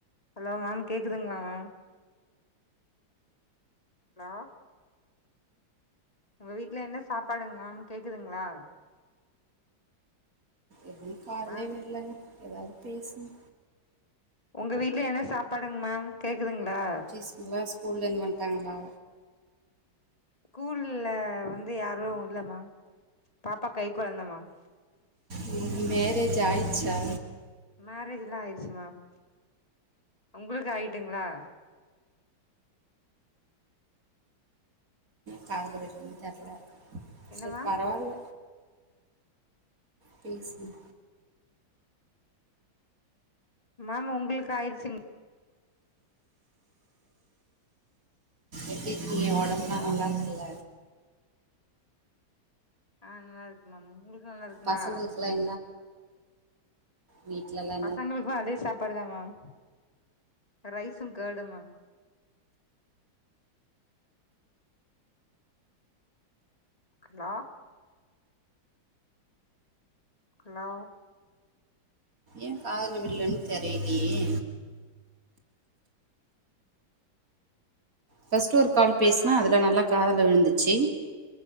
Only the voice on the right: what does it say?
எது காதுல
விழலங்க ஏதாவ்து பேசுங்க
குட்டீஸ்ங்ளா ஸ்கூல்ல இந்து வன்ட்டாங்ளா
உனக்கு மேரேஜ் ஆயிச்சா
காதுல விழ்லன் தெர்ல
செர்
பரவால்ல பேசுங்க
எப்டி இருக்கிங்க ஒடம் எல்லா
நல்லார்க்ல்ல
பசங்களுக்கெல்லாம் வீட்ல எல்லா
எ காதுல வில்லன் தெரிலியே ஃபஸ்ட்டு ஒரு கால்
பேசுனா
அதுல நல்லா காதுல விழுந்துச்சி